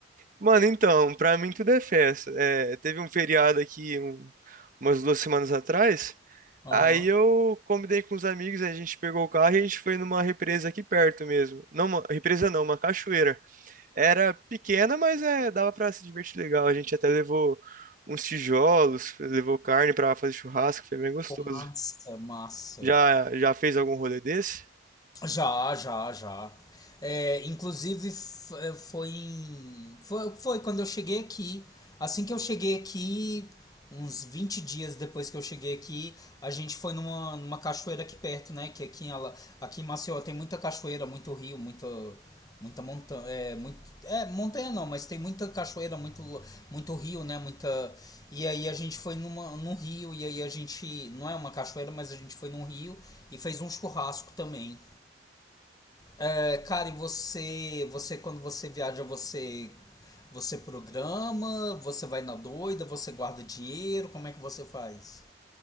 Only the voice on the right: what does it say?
Mano, então, pra mim tudo é festa. É, teve um feriado aqui um- umas duas semanas atrás.
Aí eu combinei com os amigos, a gente pegou o carro e a gente foi numa represa aqui perto mesmo. Não, uma represa não, uma cachoeira. Era pequena, mas é, dava pra se divertir legal. A gente até levou uns tijolos, levou carne pra fazer churrasco, foi bem gostoso.
Já, já fez algum rolê desse?